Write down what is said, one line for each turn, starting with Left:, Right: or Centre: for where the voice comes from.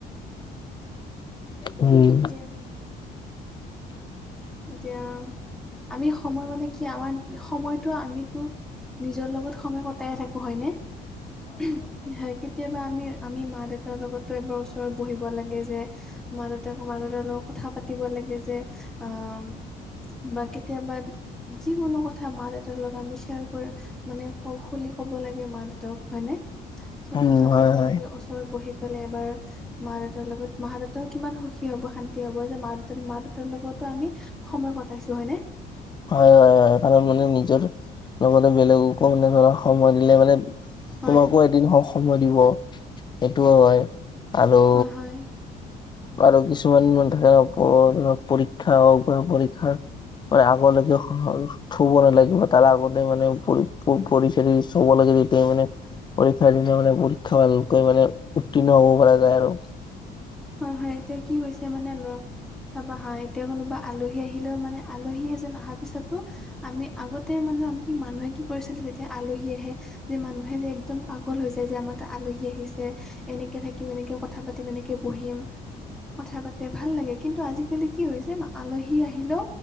Left: উম।
Centre: তেনেকে আৰু এতিয়া আমি সময় মানে কি আমাৰ সময়টো আমিতো নিজৰ লগত সময় কটায়ে থাকো হয় নে, হুম হয় কেতিয়া বা আমি আমি মা-দেউতাৰ লগতো এবাৰ ওচৰত বহিব লাগে যে মা-দেউতা মা-দেউতাৰ লগত কথা পাতিব লাগে যে আম বা কেতিয়াবা যিকোনো কথা মা-দেউতাৰ লগত আমি শ্বেয়াৰ কৰি মানে ক খুলি কব লাগে মা-দেউতাক হয়নে? চব
Left: উম
Centre: কথা
Left: হয়
Centre: কব
Left: হয়
Centre: লাগে ওচৰত বহি পেলাই এবাৰ, মা-দেউতাৰ লগত মা- দেউতাও কিমান সুখী হ'ব, শান্তি হ'ব যে মা- দেউতা মা-দেউতাৰ লগত ত আমি সময় কটাইছোঁ হয়নে
Left: হয় হয় হয়, সেই কাৰণ মানে নিজৰ লগতে বেলেগকো মানে ধৰা সময় দিলে মানে
Centre: হয়
Left: তোমাকো এদিন হ সময় দিব। সেইটোৱ হয় আৰু
Centre: হয় হয়
Left: আৰু কিছুমান মান থাকে প পৰীক্ষা পৰীক্ষা মানে আ গ লেকে হ' থুব নালাগিব তাৰ আগতে মানে পৰিচৰি চুব লাগে যেতিয়া মানে পৰীক্ষাৰ দিনা মানে পৰীক্ষা ভালকৈ মানে উত্তীৰ্ণ হ'ব পৰা যায় আৰু
Centre: হয় হয় এতিয়া কি হৈছে মানে ল'ৰা চাবা হাঁ এতিয়া কোনোবা আলহী আহিলেও মানে আলহী এজন অহাৰ পিছতো আমি আগতে মানুহ আমি কি মানুহে কি কৰিছিল যেতিয়া আলহী আহে যে মানুহে যে একদম পাগল হৈ যায় যে, আমাৰ আলহী আহিছে এনেকে থাকিম এনেকে কথা পাত তিম এনেকে বহিম। কথা পাতে ভাল লাগে। কিন্তু আজিকালি কি হৈছে আলহী আহিলও